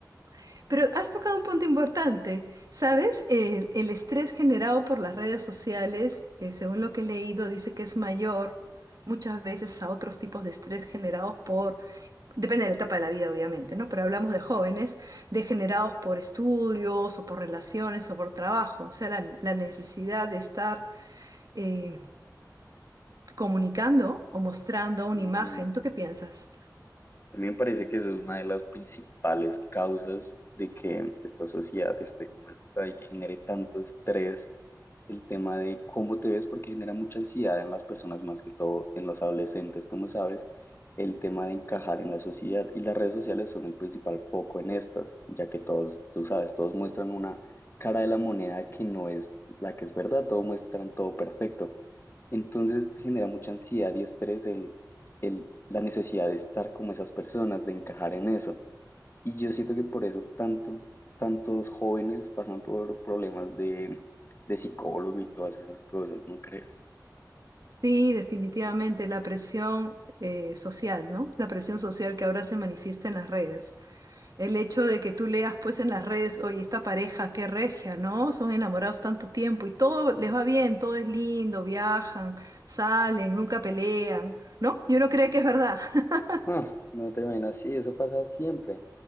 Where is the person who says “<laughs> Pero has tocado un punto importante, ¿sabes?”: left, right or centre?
Right